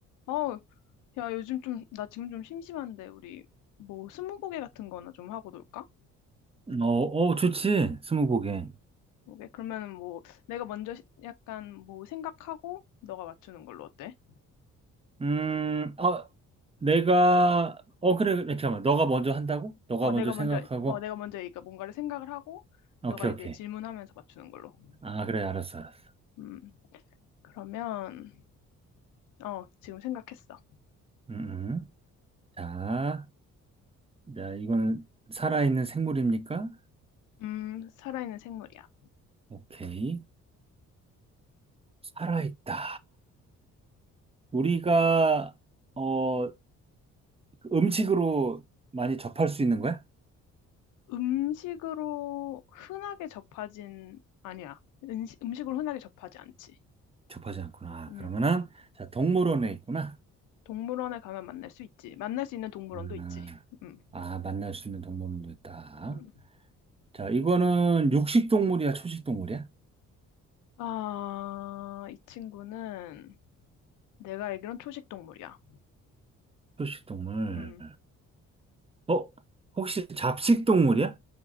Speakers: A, on the left; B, on the right.
A: 어, 야, 요즘 좀, 나 지금 좀 심심한데, 우리, 뭐, 스무고개 같은 거나 좀 하고 놀까?
B: 어, 어, 좋지. 스무고개.
A: 오케이? 그러면은 뭐, 내가 먼저 시- 약간 뭐, 생각하고, 너가 맞추는 걸로 어때?
B: 음, 어, 내가, 어, 그래, 그래, 잠깐만. 너가 먼저 한다고? 너가
A: 어, 내가
B: 먼저 생각하고?
A: 먼저, 어, 내가 먼저 그러니까 뭔가를 생각을 하고,
B: 오케이,
A: 너가 이제
B: 오케이.
A: 질문하면서 맞추는 걸로.
B: 아, 그래, 알았어, 알았어.
A: 음, 그러면, 어, 지금 생각했어.
B: 음, 음. 자, 자, 이건 살아있는 생물입니까?
A: 음, 살아있는 생물이야.
B: 오케이. 살아있다. 우리가, 어, 그 음식으로 많이 접할 수 있는 거야?
A: 음식으로 흔하게 접하진, 아니야. 음식, 음식으로 흔하게 접하지 않지.
B: 접하지 않구나. 아,
A: 음.
B: 그러면은, 자, 동물원에 있구나.
A: 동물원에 가면 만날 수 있지. 만날 수 있는 동물원도
B: 음,
A: 있지. 음,
B: 아, 아, 만날 수 있는 동물원도 있다.
A: 음.
B: 자, 이거는 육식 동물이야, 초식 동물이야?
A: 아, 이 친구는 내가 알기론 초식 동물이야.
B: 초식 동물.
A: 음,
B: 어? 혹시 잡식 동물이야?